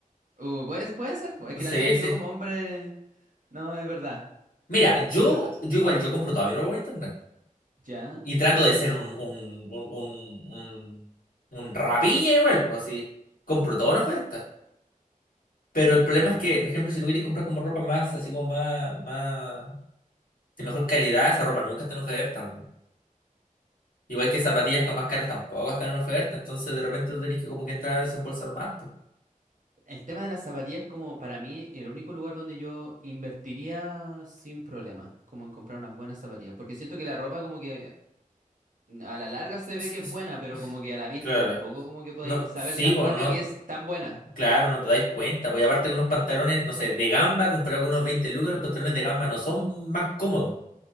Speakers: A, on the right; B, on the left.
A: Uh, puede, puede ser, pues,
B: No
A: es que
B: sé,
A: también
B: sí.
A: yo como hombre, no, es verdad,
B: Mira, yo,
A: es verdad.
B: yo igual, yo compro toda mi ropa por internet.
A: Ya,
B: Y trato de ser un, un, un, un, un- un rapiña igual, pues así. Compro todo una oferta. Pero el problema
A: ya.
B: es que, por ejemplo, si tú quieres comprar como ropa más, así como más, más, de mejor calidad, esa ropa nunca está en oferta. po. Igual que zapatillas como más caras tampoco están en oferta. Entonces de repente tú tenés que como que entrar a desembolsar más, po.
A: El tema de las zapatillas es como para mí el único lugar donde yo invertiría sin problema, como en comprar unas buenas zapatillas, porque siento que la ropa como que A la larga
B: <laughs>
A: se ve
B: S-
A: que es
B: s-
A: buena, pero como que a la vista
B: Claro.
A: tampoco como que podáis
B: No,
A: saber
B: sí,
A: tan
B: pues
A: rápido
B: no,
A: que es tan buena.
B: claro, no te dais cuenta. Pues y aparte que unos pantalones, no sé, de gamba, comparado con unos 20 lucas, los pantalones de gamba no son más cómodos.